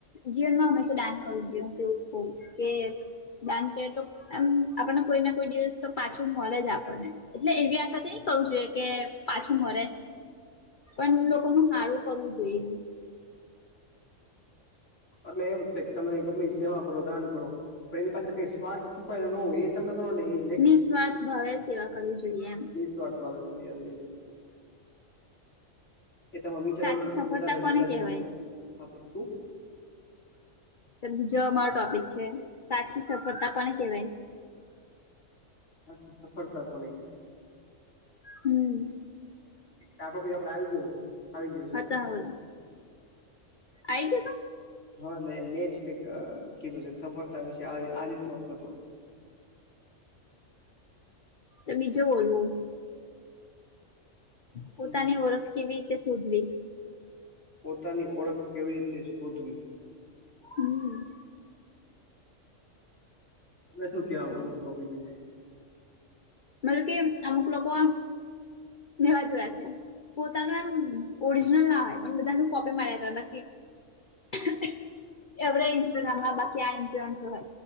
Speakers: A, on the left; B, on the left.
A: જીવનમાં હંમેશા દાન કરવું જોઈએ હું એવું જ કઉ કે દાન કરે તો એમ આપણને કોઈ ના કોઈ દિવસ તો પાછું મળે જ આપને એટલે એવી આશાથી નઈ કરવું જોઈએ કે પાછું મળે પણ લોકો હારું કરવું જોઈએ.
B: એટલે એમ તમે ગમે સેવા કરો દાન કરો. પણ એની પાછળ કઈ સ્વાર્થ છુપાયેલો ન હોય એ તમે કરો ને ઈ
A: નિસ્વાર્થ ભાવે સેવા કરવી જોઈએ એમ.
B: સ્વાર્થ ભાવે કર્યા યસ યસ એ તમે વિચારોને
A: સાચી
B: એથી
A: સફળતા
B: વધારે રિઝલ્ટ
A: કોને કહેવાય
B: તમને આપે શું.
A: ચલ બીજો અમારો ટોપિક છે સાચી સફળતા કોને કેવાય?
B: સાચી સફળતા કોણે કેવાય?
A: હમ્મ
B: આ ટોપિક આપડે આવી ગયેલો છે આવી ગયો છે
A: હા
B: આ ટોપિક
A: તમે
B: આપડે.
A: બોલો આઈ ગયો તો?
B: હા એટલે મેં જ કંઇક અ કીધું છે સફળતા વિશે આ આ રીતનો હતો તો.
A: એ બીજો બોલું હું. પોતાની
B: હમ
A: ઓળખ કેવી રીતે શોધવી?
B: પોતાની ઓળખ કેવી રીતે શોધવી?
A: હમ
B: તમને શું કેવા માંગો છો ટોપિક વિશે?
A: મતલબ કે અમુક લોકો નવા જોયા છે. પોતાનું એમ ઓરિજનલ ના હોય પણ બધાનું કોપી માર્યા <inaudible> <inaudible> ઇન્સ્ટાગ્રામમાં બાકી આ ઇન્ફ્લુઅન્સ હોય